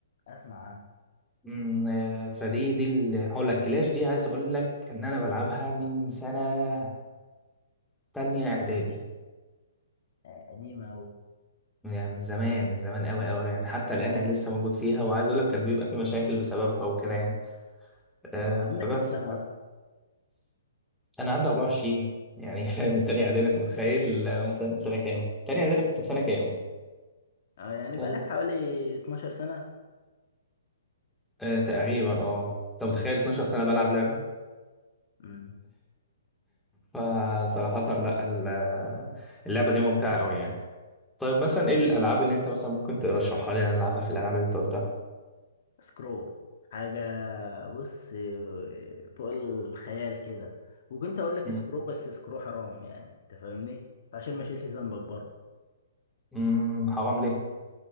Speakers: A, on the left; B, in the centre.
A: اسمع عنها
B: أمم، آه، فدي دي ال- هقول لك كلاش دي عايز اقول لك ان انا بلعبها من سنه تانية اعدادي
A: آه، قديمة اوي
B: يعني من زمان زمان قوي قوي يعني حتى الآن أنا لسه موجود فيها وعايز أقول لك كان بيبقى في مشاكل بسببها وكده يعني
A: آه،
B: آه
A: انت
B: فبس
A: عندك كام سنة اصلا؟
B: أنا عندي 24 يعني <laughs> فاهم من تانية إعدادي أنت متخيل آه، مثلا سنة كام؟ تانية إعدادي كنت في سنة كام؟
A: اه يعني بقالك
B: آه
A: حوالي 12 سنة
B: آه، تقريبا أه أنت متخيل 12 سنة بلعب لعبة؟
A: امم
B: فصراحة لا ال- اللعبة دي ممتعة قوي يعني طيب مثلا إيه الألعاب اللي أنت مثلا ممكن ترشحها لي إن أنا ألعبها في الألعاب اللي أنت قلتها؟
A: سكرو حاجة بص فوق الخيال كده وكنت اقول لك
B: مم.
A: سكرو بس سكرو حرام يعني انت فاهمني فعشان ما اشيلش ذنبك برضه
B: مم، حرام ليه؟